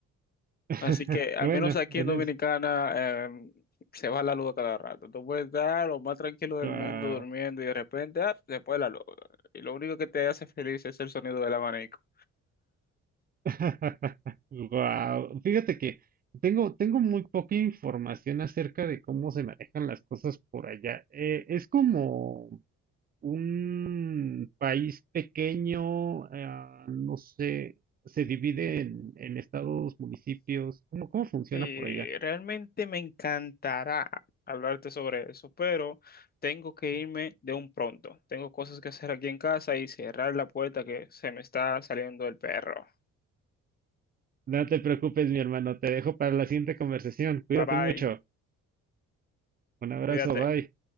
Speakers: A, on the right; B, on the left.
A: <laughs>
B: Así que al
A: Bueno,
B: menos aquí
A: eres
B: en Dominicana em, se va la luz a cada rato. Tú puedes estar lo más tranquilo del
A: wow.
B: mundo durmiendo y de repente, ah, se fue la luz. Y lo único que te hace feliz es el sonido del abanico.
A: <laughs> Wow. Fíjate que tengo, tengo muy poca información acerca de cómo se manejan las cosas por allá. Eh, es como un país pequeño, ah, no sé, se divide en, en estados, municipios. ¿Cómo, cómo funciona
B: Sí,
A: por allá?
B: realmente me encantará hablarte sobre eso, pero tengo que irme de un pronto. Tengo cosas que hacer aquí en casa y cerrar la puerta que se me está saliendo el perro.
A: No te preocupes, mi hermano, te dejo para la siguiente conversación. Cuídate
B: Bye bye,
A: mucho. Un abrazo,
B: cuídate.
A: bye.